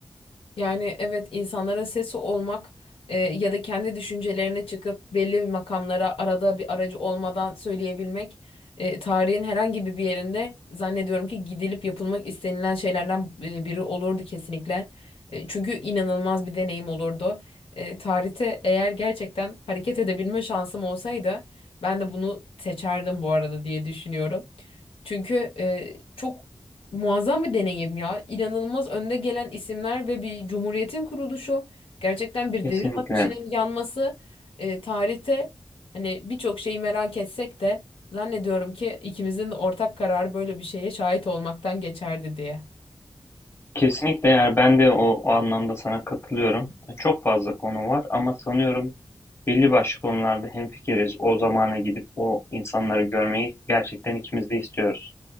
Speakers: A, on the left; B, on the left.
A: Yani evet insanlara sesi olmak e, ya da kendi düşüncelerine çıkıp belli bir makamlara arada bir aracı olmadan söyleyebilmek e, tarihin herhangi bir bir yerinde zannediyorum ki gidilip yapılmak istenilen şeylerden e, biri olurdu kesinlikle. E, çünkü inanılmaz bir deneyim olurdu. E, tarihte eğer gerçekten hareket edebilme şansım olsaydı ben de bunu seçerdim bu arada diye düşünüyorum. Çünkü e, çok Muazzam bir deneyim ya. İnanılmaz önde gelen isimler ve bir cumhuriyetin kuruluşu. Gerçekten bir
B: Kesinlikle.
A: devrim ateşinin yanması. E, tarihte hani birçok şeyi merak etsek de zannediyorum ki ikimizin de ortak kararı böyle bir şeye şahit olmaktan geçerdi diye.
B: Kesinlikle yani ben de o, o anlamda sana katılıyorum. Çok fazla konu var ama sanıyorum belli başlı konularda hemfikiriz. O zamana gidip o insanları görmeyi gerçekten ikimiz de istiyoruz.